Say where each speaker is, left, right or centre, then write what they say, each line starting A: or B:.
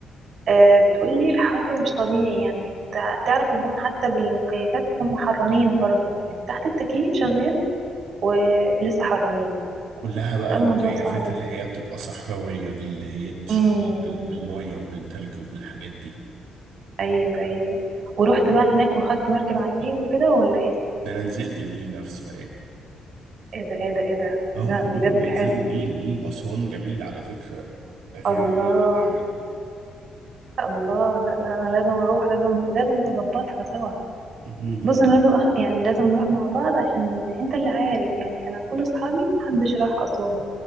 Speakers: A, on the right (about 55°); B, on the right (about 80°).
A: آه، بتقولي الحر مش طبيعي يعني تع- تعرف ان هم حتى بالمكيفات هم حرانين برضو يعني تحت التكييف شغال ولسه حرانين
B: كلها بقى
A: ده
B: المكيفات
A: الموضوع صعب هنا
B: اللي هي بتبقى صحراوية دي اللي هي بتشتغل
A: امم
B: بال-
A: أمم.
B: بالمية وبالتلج وبالحاجات دي
A: ايوه ايوه ورحت بقى هناك وخدت مركب على النيل وكده ولا ايه
B: ده أنا نزلت النيل نفسه إيه
A: ايه ده ايه ده ايه ده
B: آه
A: لا
B: كلهم
A: بجد
B: بينزلوا
A: حلو
B: النيل نيل أسوان جميل على فكرة غير
A: الله
B: النيل بتاعنا
A: الله لا لا انا لازم اروح لازم لازم نظبطها سوا
B: مم،
A: بص انا لازم أخ... يعني لازم نروح مع بعض عشان انت اللي عارف يعني انا كل اصحابي محدش راح اسوان